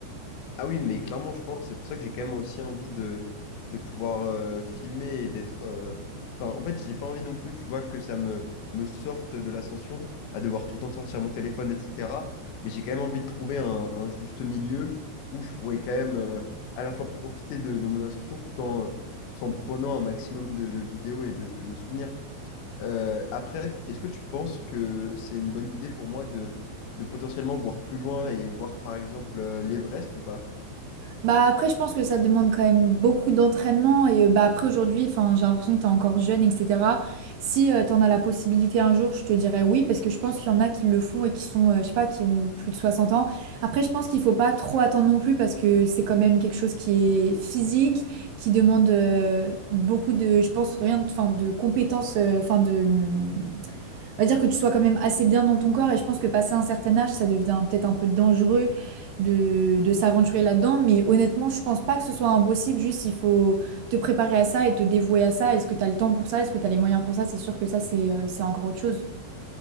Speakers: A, on the left; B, on the right.
A: Ah oui, mais clairement, je pense, c'est pour ça que j'ai quand même aussi envie de, de pouvoir euh, filmer et d'être... euh, Enfin, en fait, j'ai pas envie non plus, tu vois, que ça me, me sorte de l'ascension, à devoir tout le temps sortir mon téléphone, etc. Mais j'ai quand même envie de trouver un, un juste milieu où je pourrais quand même euh, à la fois profiter de, de mon ascension tout en, tout en prenant un maximum de, de vidéos et de, de souvenirs. Euh, après, est-ce que tu penses que c'est une bonne idée pour moi de, de potentiellement voir plus loin et voir, par exemple, euh, l'Everest ou pas?
B: Bah après, je pense que ça demande quand même beaucoup d'entraînement et euh, bah après aujourd'hui, enfin, j'ai l'impression que t'es encore jeune, etc. Si tu t'en as la possibilité un jour, je te dirais oui parce que je pense qu'il y en a qui le font et qui sont, euh, je sais pas, qui ont plus de 60 ans. Après, je pense qu'il faut pas trop attendre non plus parce que c'est quand même quelque chose qui est physique, qui demande euh, beaucoup de, je pense rien, de- enfin, de compétences, euh, enfin de hum, on va dire que tu sois quand même assez bien dans ton corps et je pense que passé un certain âge, ça devient peut-être un peu dangereux de, de s'aventurer là-dedans. Mais honnêtement, je pense pas que ce soit impossible, juste il faut te préparer à ça et te dévouer à ça. Est-ce que tu as le temps pour ça? Est-ce que tu as les moyens pour ça? C'est sûr que ça, c'est euh, c'est encore autre chose.